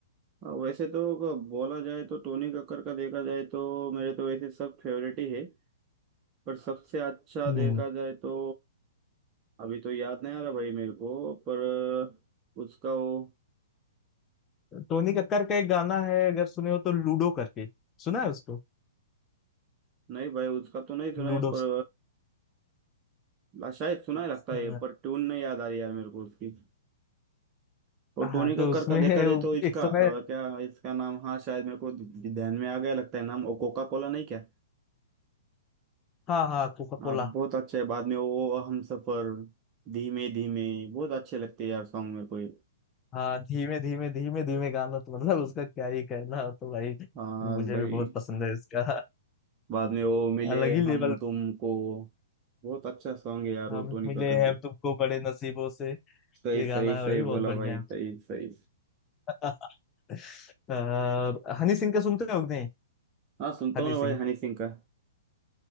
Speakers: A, on the right; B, on the left.
A: हाँ, वैसे तो अगर बोला जाए तो टोनी कक्कर का देखा जाए तो मेरे तो वैसे सब फेवरेट ही है पर सबसे अच्छा
B: हम्म
A: देखा जाए तो अभी तो याद नहीं आ रहा भाई मेरे को पर अ, उसका वो
B: टोनी कक्कर का एक गाना है अगर सुने हो तो लूडो करके सुना है उसको
A: नहीं भाई उसका तो नहीं सुना
B: लूडो
A: है पर अ, शायद सुना
B: अच्छा,
A: है लगता है पर ट्यून नहीं याद आ रही यार मेरे को उसकी और टोनी
B: हाँ तो
A: कक्कर
B: उसमें
A: का देखा
B: <laughs>
A: जाए तो इसका
B: एक समय
A: अ, क्या इसका नाम हाँ शायद मेरे को ध्यान में आ गया लगता है नाम कोका कोला नहीं क्या
B: हाँ हाँ कोका कोला
A: आप बहुत अच्छा है बाद में वो हम सफर धीमे धीमे बहुत अच्छे लगते हैं यार सॉन्ग मेरे को ये।
B: हाँ धीमे धीमे धीमे धीमे गाना तो मतलब उसका क्या ही कहना हो, तो भाई
A: हाँ
B: मुझे
A: भाई
B: भी बहुत पसंद है इसका
A: बाद में वो मिले
B: अलग ही लेवल
A: हम तुमको बहुत अच्छा सॉन्ग है यार
B: हम
A: वो टोनी
B: मिले
A: कक्कड़
B: हैं
A: की
B: तुमको बड़े नसीबों से ये
A: सही सही
B: गाना
A: सही
B: भी
A: बोला
B: बहुत बढ़िया
A: भाई सही सही
B: है <laughs> अ, हनी सिंह का सुनते हो कि नहीं
A: हाँ सुनता
B: हनी
A: हूँ ना भाई
B: सिंह
A: हनी सिंह का